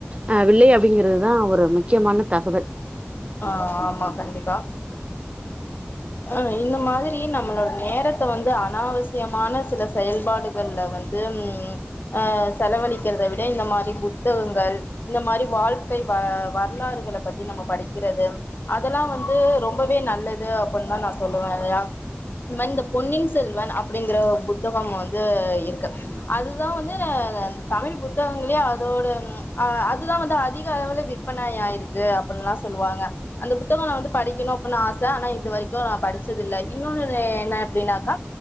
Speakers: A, on the right; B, on the left.
A: ஆ வில்லை அப்டிங்கிறதுதா ஒரு முக்கியமான தகவல்
B: ஆ ஆமா கண்டிப்பா அ இந்த மாதிரி நம்மளோட நேரத்த வந்து அனாவசியமான சில செயல்பாடுகள்ல வந்து ம் அ செலவழிக்கறத விட இந்த மாரி புத்தகங்கள் இந்த மாரி வாழ்க்கை வ வரலாறுகல பத்தி நம்ம படிக்கிறது அதெல்லா வந்து ரொம்பவே நல்லது <unintelligible> தா நா சொல்லுவலயா இந்த மாரி இந்த பொன்னின் செல்வன் அப்டிங்கற புத்தகம் வந்து இருக்கு அதுதா வந்து தமிழ் புத்தகங்கள அதோட அதுதா வந்து அதிக அளவுல விற்பனை ஆயிருக்கு அப்பில்லா சொல்லுவாங்க அந்த புத்தகம் வந்து படிக்கணு அப்படினு ஆச ஆனா இது வரைக் கு இன்னு நா படுச்சத இல்ல இன்னொன்னு என்ன அப்டின்னாக்கா